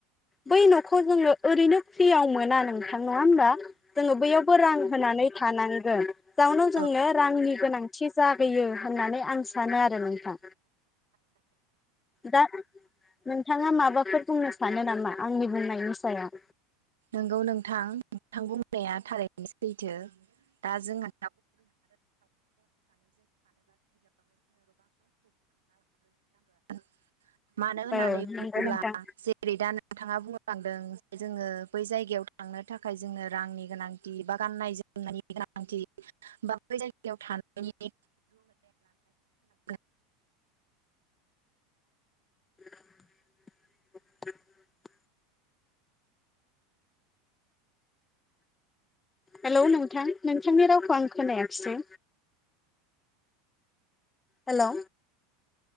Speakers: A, on the left; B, on the right.
A: बै न'खौ जोङो ओरैनो फ्रियाव मोना नोंथां नङा होमबा जोङो बैयावबो रां होनानै थानानै <unintelligible> जाउनाव
B: औ
A: जोंनो रांनि गोनां थि जाबोयो होननानै आं सानो आरो नोंथां दा नोंथाङा माबाफोर बुंनो सानो नामा आंनि बुंनायनि सायाव
B: नंगौ नोंथां नोंथां बुंनाया थारैनो सैथो दा जोंहा <unintelligible> मानो होननानै
A: औ नंगौ
B: बुङोब्ला
A: नोंथां
B: जेरै दा नोंथाङा बुंलांदों जे जोङो बै जायगायाव थांनो थाखाय जोंनो रांनि गोनांथि बा गाननाय जोमनायनि गोनांथि बा बै जायगायाव थानायनि <unintelligible>
A: <unintelligible> हेलौ नोंथां नोंथांनि रावखौ आं खोनायाखिसै हेलौ